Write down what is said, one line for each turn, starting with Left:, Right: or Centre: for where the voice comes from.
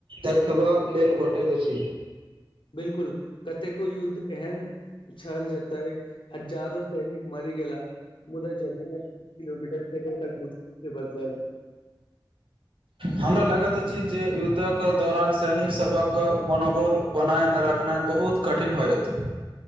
Right: देखबा लेल भटेैत छी
Left: बिलकुल कतेको युद्ध एहन छहल जाता है हजारो सैनिक मरी गेलाह मुदा जमीन तीस किलोमीटर छै तक मुशकिल छै बदलल
Right: हमरा लगैत अछि जे युद्धक दौरान सैनिक सबक मनोबल बनायने राख देखनाइ बहुत कठिन होतै